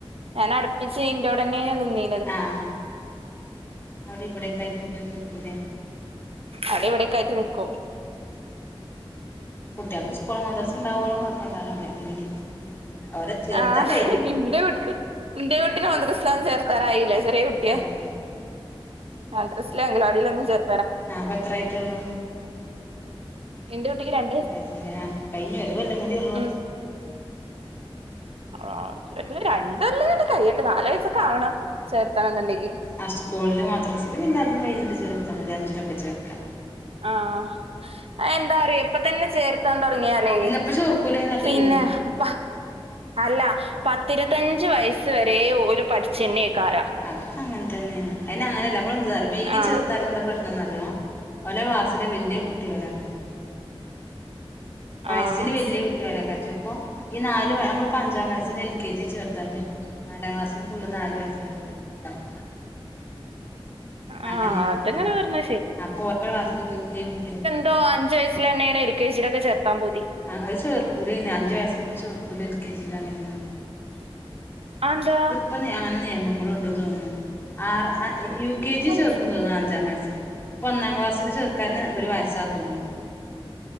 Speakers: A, on the right; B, on the left.
A: ഞാനട്പ്പിച്ച് ഇന്റാേടെന്നേണ് നിന്നീ
B: ആഹ് അവ്ടീം ഇബടീം ഒക്കായ്ട്ട് ന്ക്കുലേ
A: അവ്ടിം ഇബട്യൊക്കായ്ട്ട് ന്ക്കും
B: കുട്ട്യാൾക്ക് സ്കൂൾ മദർസ് ണ്ടാവോളം കാെയപ്പണ്ടാവൂലാ അല്ലെങ്കി അവരെ ചേർത്ത്യാ
A: ആഹ്
B: കയ്ഞ്ഞു
A: ഇന്റെ കുട്ടി ഇന്റെ കുട്ടിനെ മദ്‌റ്‌സ്‌ലാെന്നും ചേർത്താനായില്ല ചെറ്യേ കുട്ട്യാ
B: ആഹ്
A: മദ്റസ്‌ലും അങ്കലവാടീലൊന്നും ചേർ
B: ആഹ് അപ്പ എത്രായിട്ടാെള്ളൂ
A: ഇന്റെ കുട്ടിയ്ക്ക് രൺ
B: ണ്ട് വയസ്സ് ലേ ആഹ് കയ്ഞ്ഞു ഒര് കൊല്ലും കൂട്യോള്ളൂ
A: ഉം ആഹ് <unintelligible> രണ്ടൊല്ലങ്ങട്ട് കയ്യട്ടെ നാല് വയസ്സൊക്കെ ആവണം ചേർത്തണംന്ന്ണ്ടെങ്കി
B: ആഹ് സ്കൂൾല് മദ്രസ്ല് പിന്നെ അതും കയ്ഞ്ഞ്ട്ട് ചേർത്താ മതി അഞ്ച്ലൊക്കെ ചേർക്കാ
A: ആഹ് അത് എന്താ അറിയാേ ഇപ്പ തന്നെ ചേർ ത്താൻ തൊടങ്ങ്യാലേ
B: ഇല്ല ഇപ്പൊ ചേർക്കൂല അയിന് അല്ലെങ്കിലും
A: പിന്നെ അപ്പാ അല്ല പത്തിരത്തഞ്ച് വയസ്സ് വരേ ഓല് പഠ്ച്ചെന്നെയ്ക്കാരം
B: അതൊക്കെ അങ്ങൻതന്നേണ് അയ്ന് അങ്ങെനെല്ല നമ്മളെന്തന്നറ്യോ വെഴ്കി
A: ആഹ്
B: ചേർത്താല് എന്താ പ്രശ്നംന്നറ്യോ ഓലെ ക്ലാസ്സില് വെല്യ കുട്ടി ഓലാക്കാരം വയസ്സിന്
A: ആഹ്
B: വല്യ കുട്ടി ഓലെക്കാരം ചെൽപ്പൊ ഇ നാല് വ ഞമ്മള്പ്പം അഞ്ചാം വയസ്സില് എൽ കെ ജി ചേർത്താല് നാലാം ക്ലാസ്സില് ഫുള്ള് നാല് വയസ്സ്ല്ലെ കുട്ട്യാളെണ്ടാവൊള്ളു
A: ആഹ്
B: അങ്ങെനിണ്ട്
A: അതങ്ങനെ
B: ആഹ്
A: പറഞ്ഞ
B: അപ്പൊ ഓരെ ക്ലാസ്സില് വെല്യ കുട്ട്യ
A: തോ അഞ്ച് വയസ്സ്ലെന്നേണ് എൽ കെ ജിലൊക്കെ ചേർത്താം പൂതി
B: ആഹ് അത് ചേർക്കൂലയ്ന് അഞ്ച് വയസ്സിൽപ്പ ചേർക്കൂല എൽ കെ ജിലങ്ങെനെന്നും
A: അതെന്താ
B: ഇപ്പം അങ്ങെനെ നിയമങ്ങളുണ്ട് തോൺണു ആർ അ അ യു കെ ജി
A: അഞ്ച്
B: ചേർക്കും തോന്ന്ന്ന് അഞ്ചാം വെയസ്സില് പ്പാെന്നാം ക്ലാസ്സില് ചേർക്കാന് ഒരു വയസ്സാ തോന്നുന്നു